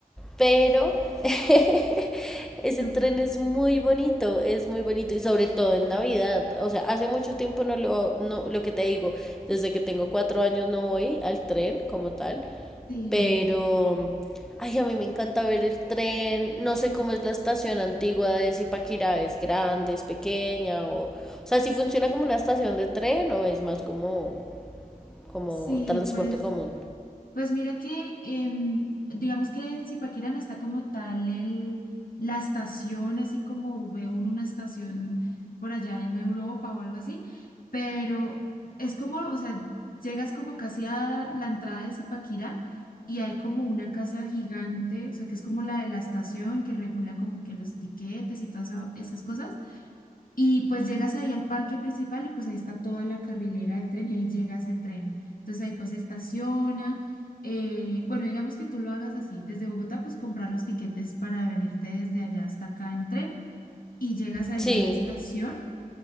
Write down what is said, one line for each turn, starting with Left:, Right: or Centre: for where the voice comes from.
Centre: pero <laughs>
Left: Súper.
Centre: ese tren es muy bonito, es muy bonito y sobre todo en Navidad, o sea, hace mucho tiempo no lo, no, lo que te digo, desde que tengo cuatro años no voy al tren como tal,
Left: Sí,
Centre: pero Ay, a mí me encanta ver el tren. No sé cómo es la estación antigua de Zipaquirá, es grande, es pequeña, o, o sea, si funciona como una estación de tren o es más como, como
Left: sí,
Centre: transporte
Left: pues
Centre: común.
Left: Pues mira que, em, digamos que en Zipaquirá no está como tal el, la estación, así como ve uno una estación por allá en Europa o algo así, pero es como, o sea, llegas como casi a la entrada de Zipaquirá y hay como una casa gigante, o sea, que es como la de la estación que regula como que los tiquetes y todas esa- esas cosas. Y pues llegas ahí al parque principal y pues ahí está toda la carrilera del tren y ahí llega ese tren. Entonces ahí pues estaciona. eh, bueno, digamos que tú lo hagas así. Desde Bogotá pues comprar los tiquetes para venirte desde allá hasta acá en tren y llegas ahí
Centre: Sí,
Left: a la estación.